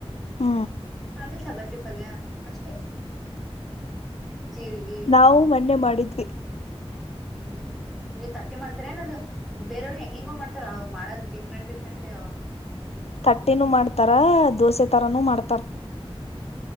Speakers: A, on the left; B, in the centre.
A: ಹು
B: ಆಮೇಲ್ ಸಬಸಿ ಪಲ್ಯ ಅಷ್ಟೇ. ಜೀರಿಗೆ
A: ನಾವು ಮನ್ನೆ ಮಾಡಿದ್ವಿ.
B: ಹ್ಮ್ ಹ್ಮ್ ನೀವ್ ತಟ್ಟಿ ಮಾಡ್ತಾರ್ ಏನದು ಬೇರೆಯವ್ರರು ಹೆಂಗ್ ಹೆಂಗೋ ಮಾಡ್ತಾರ ಅವ್ ಮಾಡದ ಡಿಫ್ರೆಂಟ್ ಡಿಫ್ರೆಂಟ್ ಅವ.
A: ತಟ್ಟಿನೂ ಮಾಡ್ತಾರ ದೋಸೆ ತರಾನೂ ಮಾಡ್ತಾರ್.